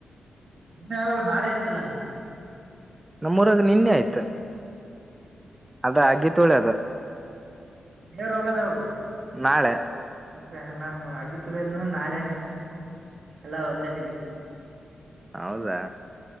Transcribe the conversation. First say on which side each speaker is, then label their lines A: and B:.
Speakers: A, on the right (about 50°); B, on the right (about 15°).
A: ಇನ್ನೆ ಯಾವಾಗ ನಾಳೆ ಇತಲ
B: ನಮ್ಮೂರಾಗ ನಿನ್ನೆ ಆಯ್ತಾ ಅದ ಆಗಿ ತುಳಿಯದು
A: ದೇವ್ರ ಹೋಗದ ಅವಾಗ
B: ನಾಳೆ
A: ಮತ್ತೆ ನಮ ಆಗಿತ್ತುಲ ನಾಳೆನೆ ಎಲ್ಲಾ ಒಂದೇಟಿಗೆ
B: ಹೌದಾ